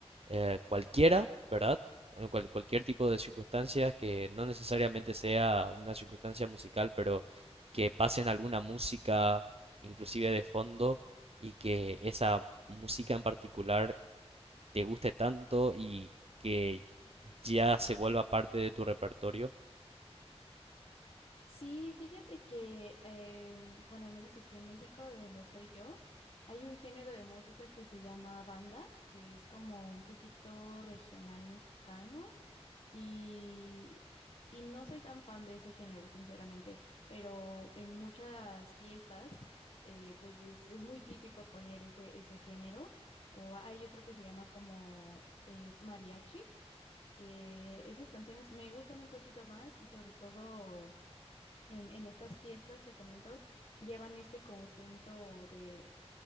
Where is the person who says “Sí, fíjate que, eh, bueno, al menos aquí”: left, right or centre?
Left